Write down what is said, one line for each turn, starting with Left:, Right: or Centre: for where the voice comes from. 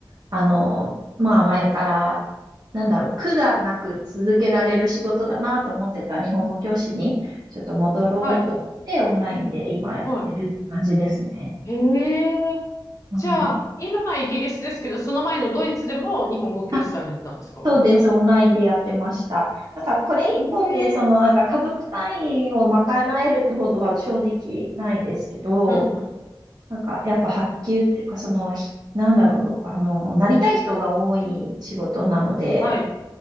Right: あの、まあ前から、なんだろう、苦がなく続けられる仕事だなと思ってた日本語教師に、ちょっと戻ろうと思って、
Left: はい、
Right: オンラインで今やってるって感じですね。
Left: はい。へえ、
Right: はい。
Left: じゃあ、今はイギリスですけど、その前のドイツでも日本語教師されてたんですか
Right: あ、そうです。オンラインでやってました。なんかこれ一本で、
Left: へえ、
Right: その、なんか家族単位を賄えるってほどは正直ないですけど、
Left: うんうん、
Right: なんかやっぱ発給っていうか、その、ひなんだろう、あの、なりたい人が多い仕事なので、
Left: はい、